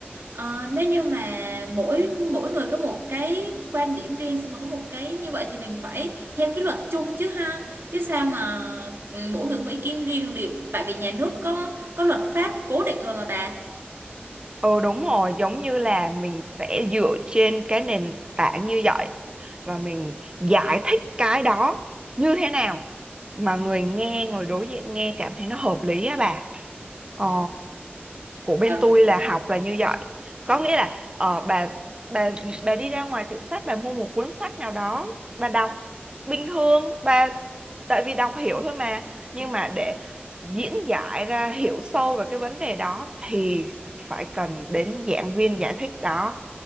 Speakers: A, on the right; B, on the right.
A: ờ, nếu như mà mỗi mỗi người có một cái quan điểm riêng xong mà có một cái như vậy thì mình phải theo cái luật chung chứ ha chứ sao mà ừ, mỗi người có một ý kiến riêng được tại vì nhà nước có có luật pháp cố định rồi mà bà
B: Ừ đúng rồi, giống như là mình sẽ dựa trên cái nền tảng như vậy và mình giải thích cái đó như thế nào mà người nghe, người đối diện nghe cảm thấy nó hợp lý á bà. Ờ.
A: Ờ,
B: của
A: và
B: bên tôi là học là như vậy
A: ừ,
B: có nghĩa là ờ, bà bà bà đi ra ngoài tiệm sách bà mua một cuốn sách nào đó bà đọc bình thường bà tại vì đọc hiểu thôi mà nhưng
A: ừ,
B: mà để diễn giải ra hiểu sâu về cái vấn đề đó thì phải cần đến giảng viên giải thích đó